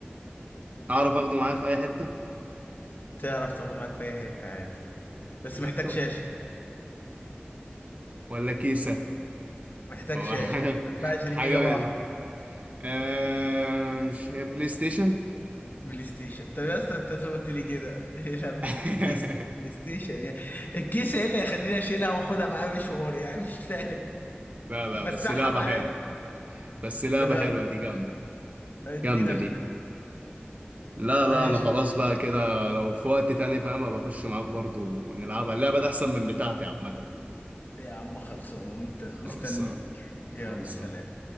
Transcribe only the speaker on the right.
أعرف أخده معايا في أي حتة
لابتوب
ولا كيسة
هو
<laughs> حاجة
حاجة
من
آه... مش هي بلاي ستيشن
<laughs>
لا
لا
بس لعبة
حلوة بس لعبة
حلوة دي جامدة دي
جامدة دي
لا لا
أنا خلاص بقى كده لو في وقت تاني فاهم أبقى أخش معاك برضو نلعبها اللعبة دي أحسن من بتاعتي عامة
خلصان
خلصان